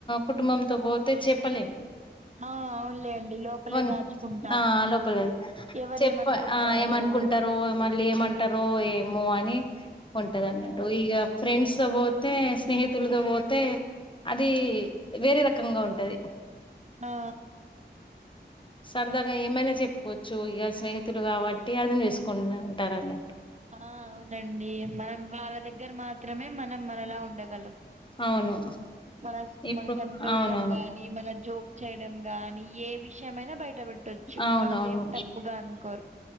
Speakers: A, on the left; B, on the right.
A: కుటుంబంతో పోతే చెప్పలేం
B: ఆ అవునులే అండి లోపలే
A: వన్
B: దాచుకుంటు
A: ఆ లోపలే
B: ఎవరేమనుకుంటారు
A: చెప్ప ఆ ఏమనుకుంటారు మళ్ళీ ఏమంటారో ఏమో అని ఉంటది అన్నట్టు
B: ఆ
A: ఇక ఫ్రెండ్స్ తో పోతే స్నేహితులు పోతే అది వేరే రకంగా ఉంటది
B: ఆ
A: సరదాగా ఏమైనా చెప్పుకోవచ్చు ఇక స్నేహితులు కాబట్టి అర్థం చేసుకుంట ఉంటారు అన్నట్టు
B: ఆ అవునండి. మనం వాళ్ళ దగ్గర మాత్రమే మనం మనలా ఉండగలం.
A: అవును
B: మన,
A: ఇప్పుడు
B: మన సంతోషం
A: అవునవును
B: గాని, మన జోక్ చేయడం గానీ, ఏ విషయమైనా బయట పెట్టొచ్చు
A: అవునవును.
B: వాళ్ళు ఏం తప్పుగా అనుకోరు